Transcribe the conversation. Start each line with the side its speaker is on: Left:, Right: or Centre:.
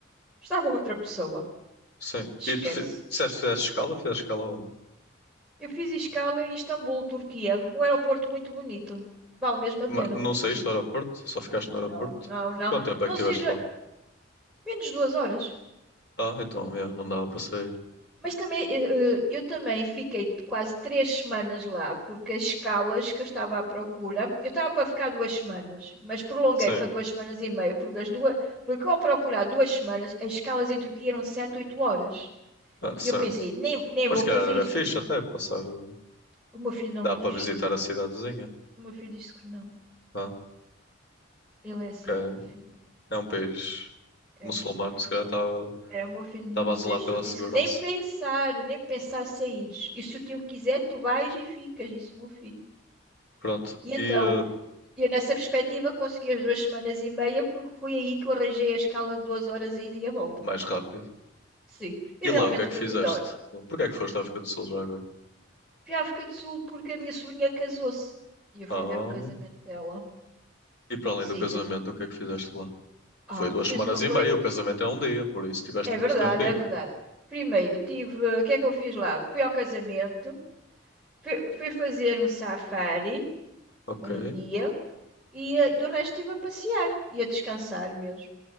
Centre: Estava outra pessoa.
Left: Sim.
Centre: Esquece.
Left: E tu fi- disseste que fizeste escala? Fizeste escala onde?
Centre: Eu fiz escala em Istambul, Turquia. Um aeroporto muito bonito. Vale mesmo a
Left: Ma-
Centre: pena,
Left: não
Centre: muito
Left: saíste
Centre: bonito.
Left: do aeroporto? Só ficaste no aeroporto?
Centre: Não, não, não.
Left: Quanto tempo
Centre: Não
Left: é que estiveste
Centre: sei, de-
Left: lá?
Centre: menos de duas horas.
Left: Ah, então, yeah, não dava para sair.
Centre: Mas também, eh, eh, eu também fiquei quase três semanas lá, porque as escalas que eu estava à procura, eu estava para ficar duas semanas, mas prolonguei
Left: Sim,
Centre: para duas semanas e meia, porque as duas, porque ao procurar duas semanas, as escalas em Turquia eram sete, oito horas.
Left: ah, certo.
Centre: E eu pensei, nem, nem
Left: Mas
Centre: vou
Left: se
Centre: fazer
Left: calhar era
Centre: isso,
Left: fixe
Centre: porque
Left: até passar. eh,
Centre: o meu filho não
Left: Dá
Centre: me deixou.
Left: para visitar a cidadezinha,
Centre: O meu filho disse que não.
Left: não?
Centre: Ele é assim,
Left: Que é
Centre: o meu filho.
Left: é um país
Centre: É,
Left: muçulmano,
Centre: o meu filho
Left: se calhar
Centre: não.
Left: estava
Centre: É, o meu filho não
Left: estava a
Centre: me
Left: zelar
Centre: deixou
Left: pela
Centre: disso.
Left: segurança.
Centre: que Nem pensar, nem pensar sair. E se o tio quiser, tu vais e ficas, disse o meu filho.
Left: Pronto,
Centre: E então,
Left: e eh,
Centre: eu nessa perspectiva consegui as duas semanas e meia, porque foi aí que eu arranjei a escala de duas horas a ida e a volta.
Left: mais rápido.
Centre: Sim, e
Left: E
Centre: realmente
Left: lá, o que é que
Centre: foi
Left: fizeste?
Centre: o melhor.
Left: Porquê é que foste à África do Sul já agora?
Centre: Fui à África do Sul porque a minha sobrinha casou-se. E eu fui
Left: Ah,
Centre: ver o casamento dela.
Left: e para além
Centre: Sim.
Left: do casamento, o que é que fizeste lá?
Centre: Ah,
Left: Foi duas
Centre: fiz
Left: semanas
Centre: uma coisa.
Left: e meia, o casamento é um dia, por isso tiveste
Centre: É verdade,
Left: muito tempinho.
Centre: é verdade. Primeiro, tive. O que é que eu fiz lá? Fui ao casamento. Fui, fui fazer um safari
Left: Ok.
Centre: num dia e eh, do resto estive a passear e a descansar mesmo.